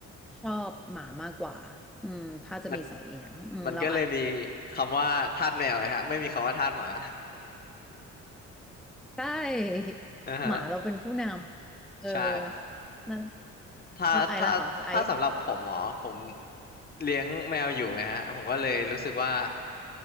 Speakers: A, in the centre; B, on the left.
A: ชอบหมามากกว่าอืมถ้าจะมีสัตว์เลี้ยงอืมเราอาจ
B: มันมันก็เลยมีคำว่าทาสแมวไงฮะไม่มีคำว่าทาสหมา
A: ใช่
B: <laughs> อ่าฮะ
A: หมาเราเป็นผู้นำเออ
B: ใช่
A: นั่น
B: ถ้าถ้าถ้าสำหรับผมหมอผม
A: เราไอแล้วค่ะไอ
B: เลี้ยงแมวอยู่ไงฮะผมก็เลยรู้สึกว่า